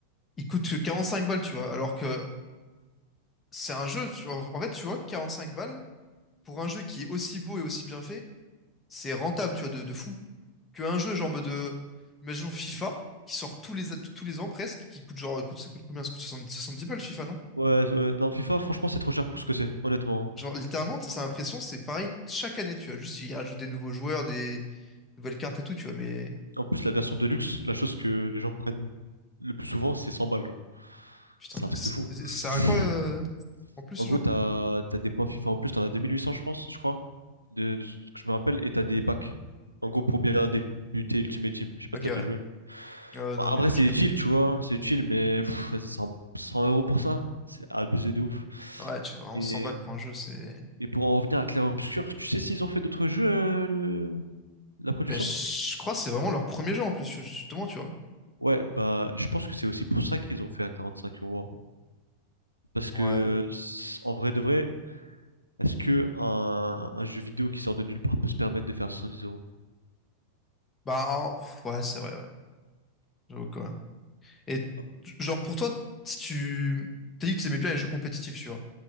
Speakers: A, on the left; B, on the right.
A: il coûte que cinq balles, tu vois, alors que c'est un jeu, genre, en fait, tu vois, quarante cinq balles, pour un jeu qui est aussi beau et aussi bien fait, c'est rentable, tu vois, de, de fou. Qu'un jeu, genre, en mode, euh, imaginons FIFA, qui sort tous les, tous les ans presque, qui coûte genre, coûte, ça coûte combien? Ça coûte 70 balles, FIFA, non?
B: ouais, ouais. Non, FIFA, franchement, c'est trop cher pour ce que c'est, honnêtement.
A: Genre, littéralement, t- ça a l'impression, c'est pareil chaque année, tu vois. Juste, ils rajoutent des nouveaux joueurs, des nouvelles cartes et tout, tu vois. Mais,
B: hein. En plus, la version Deluxe, la chose que les gens prennent le plus souvent, c'est 100 balles, genre.
A: putain,
B: C'est un truc
A: c'est-
B: de fou.
A: c'est-
B: <laughs>
A: ça sert à quoi, euh, en plus, ce
B: En gros,
A: genre?
B: t'as, t'as des points FIFA en plus, t'en as 2800, je pense, je crois, de, de ce que je me rappelle, et t'as des packs. En gros, pour bien débuter Ultimate Team. Je sais pas
A: Ok,
B: si t'as
A: ouais.
B: déjà joué. mais-
A: Euh, non,
B: Bon, après,
A: mais ouais,
B: c'est
A: je capte.
B: utile, tu vois, c'est utile, mais pff, vas-y, 100, 100 euros pour ça, c'est abusé de ouf.
A: Ouais, Ouais, tu vois, vraiment
B: Et
A: 100 balles pour un jeu, c'est.
B: Et pour en revenir à Clair Obscur, tu sais s'ils ont fait d'autres jeux, euh, le- la production?
A: Ben, je crois que c'est vraiment leur premier jeu, en plus, justement, tu vois.
B: Ouais, bah, je pense que c'est aussi pour ça qu'ils ont fait à 45 euros. hein. Parce que,
A: Ouais.
B: s- en vrai de vrai, est-ce que un, un jeu vidéo qui sort de nulle part peut se permettre de faire dix euros?
A: Bah, en- pff, ouais, c'est vrai, ouais. J'avoue quoi. Et, t-
B: Ah,
A: genre, pour toi, si tu. T'as dit que tu aimais bien les jeux compétitifs, tu vois.